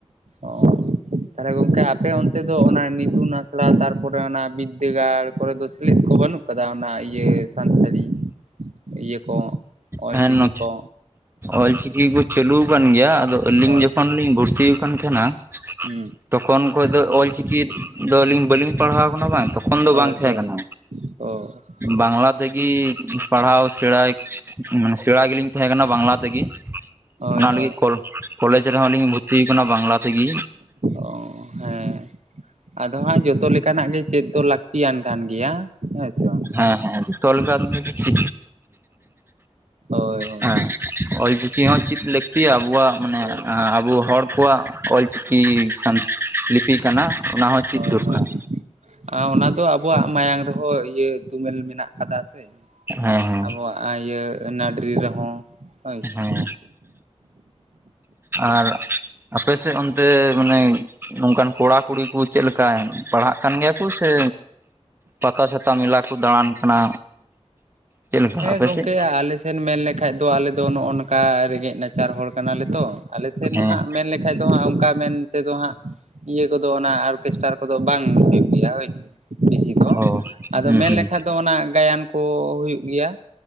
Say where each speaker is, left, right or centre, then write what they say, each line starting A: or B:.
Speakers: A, on the right; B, on the right.
A: ᱚ ᱛᱟᱦᱚᱞᱮ ᱜᱚᱝᱠᱮ ᱟᱯᱮ ᱚᱱᱛᱮ ᱫᱚ ᱚᱱᱟ ᱤᱛᱩᱱ ᱟᱥᱲᱟ ᱛᱟᱨᱯᱚᱨᱮ ᱚᱱᱟ ᱵᱤᱫᱽᱫᱟᱹᱜᱟᱲ ᱠᱚᱨᱮ ᱫᱚ ᱞᱮᱫ ᱠᱚ ᱵᱟᱹᱱᱩᱜ ᱠᱟᱫᱟ ᱚᱱᱟ ᱤᱭᱟᱹ ᱥᱟᱱᱛᱟᱲᱤ ᱤᱭᱟᱹ ᱠᱚ ᱚᱞᱪᱤᱠᱤ
B: ᱦᱩᱸ ᱦᱮ
A: ᱠᱚ
B: ᱚᱞᱪᱤᱠᱤ ᱠᱚ ᱪᱟᱞᱩ ᱟᱠᱟᱱ ᱜᱮᱭᱟ ᱟᱫᱚ ᱟᱹᱞᱤᱧ
A: ᱦᱳᱭ
B: ᱡᱚᱠᱷᱚᱱᱞᱤᱧ ᱵᱷᱩᱨᱛᱤ ᱟᱠᱟᱱ ᱛᱟᱦᱮᱸᱱᱟ
A: ᱦᱩᱸ
B: ᱛᱚᱠᱷᱚᱱ ᱠᱷᱚᱱ ᱫᱚ ᱚᱞᱪᱤᱠᱤ ᱫᱚ ᱟᱹᱞᱤᱧ ᱵᱟᱹᱞᱤᱧ ᱯᱟᱲᱦᱟᱣ ᱠᱟᱱᱟ ᱵᱟᱝ ᱛᱚᱠᱷᱚᱱ ᱫᱚ
A: ᱦᱳᱭ
B: ᱵᱟᱝ ᱛᱟᱦᱮᱸ
A: ᱦᱳᱭ
B: ᱠᱟᱱᱟ
A: ᱚ ᱦᱳᱭ
B: ᱵᱟᱝᱞᱟ ᱫᱚ ᱛᱮᱜᱮ ᱯᱟᱲᱦᱟᱣ ᱥᱮᱬᱟᱭ ᱢᱟᱱᱮ ᱥᱮᱬᱟ ᱜᱮ ᱞᱤᱧ ᱛᱟᱦᱮᱸ ᱠᱟᱱᱟ ᱵᱟᱝᱞᱟ ᱛᱮᱜᱮ
A: ᱦᱳᱭ
B: ᱚᱱᱟ
A: ᱦᱳᱭ
B: ᱞᱟᱹᱜᱤᱫ ᱠᱚᱞ ᱠᱚᱞᱮᱡᱽ ᱨᱮᱦᱚᱸ ᱞᱤᱧ ᱵᱷᱩᱨᱛᱤ ᱟᱠᱟᱱᱟ ᱵᱟᱝᱞᱟ ᱛᱮᱜᱮ
A: ᱚ ᱦᱮᱸ ᱟᱫᱚ ᱦᱟᱸᱜ ᱡᱚᱛᱚ ᱞᱮᱠᱟᱱᱟᱜ ᱜᱮ ᱪᱮᱫ ᱫᱚ ᱞᱟᱹᱠᱛᱤᱭᱟᱱ ᱠᱟᱱ ᱜᱮᱭᱟ ᱦᱮᱸ ᱥᱮ ᱵᱟᱝ
B: ᱦᱮᱸ ᱦᱮᱸ ᱛᱚᱞ ᱜᱟ ᱪᱤ
A: ᱦᱳᱭ ᱦᱳᱭ
B: ᱦᱮᱸ ᱚᱞᱪᱤᱠᱤ ᱦᱚᱸ ᱪᱮᱫ ᱞᱟᱹᱠᱛᱤᱭᱟ ᱟᱵᱚᱣᱟᱜ ᱢᱟᱱᱮ
A: ᱦᱳᱭ
B: ᱟᱵᱚ ᱦᱚᱲ ᱠᱚᱣᱟᱜ ᱚᱞᱪᱤᱠᱤ ᱠᱤ ᱥᱟᱱ ᱞᱤᱯᱤ ᱠᱟᱱᱟ ᱚᱱᱟ ᱦᱚᱸ ᱪᱮᱫ
A: ᱦᱳᱭ
B: ᱫᱚᱨᱠᱟᱨ
A: ᱦᱳᱭ ᱚᱱᱟ ᱫᱚ ᱟᱵᱚᱣᱟᱜ ᱢᱟᱭᱟᱝ ᱨᱮᱦᱚᱸ ᱤᱭᱟᱹ ᱛᱩᱢᱮᱞ ᱢᱮᱱᱟᱜ ᱠᱟᱫᱟ ᱥᱮ
B: ᱦᱮᱸ ᱦᱮᱸ
A: ᱟᱵᱚᱣᱟᱜ ᱤᱭᱟᱹ ᱱᱟᱹᱰᱨᱤ ᱨᱮᱦᱚᱸ ᱦᱳᱭ ᱥᱮ
B: ᱦᱮᱸ ᱟᱨ ᱟᱯ ᱥᱮᱫ ᱚᱱᱛᱮ ᱢᱟᱱᱮ ᱱᱚᱝᱠᱟᱱ ᱠᱚᱲᱟᱼ ᱠᱩᱲᱤ ᱠᱚ ᱪᱮᱫ ᱞᱮᱠᱟ ᱯᱟᱲᱦᱟᱜ ᱠᱟᱱ ᱜᱮᱭᱟ ᱠᱚ ᱥᱮ ᱯᱟᱛᱟ ᱪᱷᱟᱛᱟ ᱢᱮᱞᱟ ᱠᱚ ᱫᱟᱬᱟᱱ ᱠᱟᱱᱟ ᱪᱮᱫ ᱞᱮᱠᱟ
A: ᱦᱮᱸ
B: ᱟᱯᱮ
A: ᱜᱚᱝᱠᱮ
B: ᱥᱮᱫ
A: ᱟᱞᱮ ᱥᱮᱱ ᱢᱮᱱ ᱞᱮᱠᱷᱟᱡ ᱫᱚ ᱟᱞᱮ ᱫᱚ ᱱᱚᱜᱼᱚ ᱱᱚᱝᱠᱟ ᱨᱮᱸᱜᱮᱡ ᱱᱟᱪᱟᱨ ᱦᱚᱲ ᱠᱟᱱᱟᱞᱮ ᱛᱚ ᱟᱞᱮ ᱥᱮᱫ
B: ᱦᱮᱸ
A: ᱦᱟᱸᱜ ᱢᱮᱱ ᱞᱮᱠᱟᱱ ᱫᱚ ᱦᱟᱸᱜ ᱚᱱᱠᱟ ᱢᱮᱱ ᱛᱮᱫᱚ ᱦᱟᱸᱜ ᱤᱭᱟᱹ ᱠᱚᱫᱚ ᱚᱱᱟ ᱚᱨᱠᱮᱥᱴᱟᱨ ᱠᱚᱫᱚ ᱵᱟᱝ ᱦᱩᱭᱩᱜ ᱜᱮᱭᱟ ᱦᱚᱭᱥᱮ ᱵᱤᱥᱤ ᱫᱚ
B: ᱚ
A: ᱟᱫᱚ
B: ᱦᱩᱸ
A: ᱢᱮᱱ
B: ᱦᱩᱸ
A: ᱞᱮᱠᱷᱟ ᱫᱚ ᱚᱱᱟ ᱜᱟᱭᱟᱱ ᱠᱚ ᱦᱩᱭᱩᱜ ᱜᱮᱭᱟ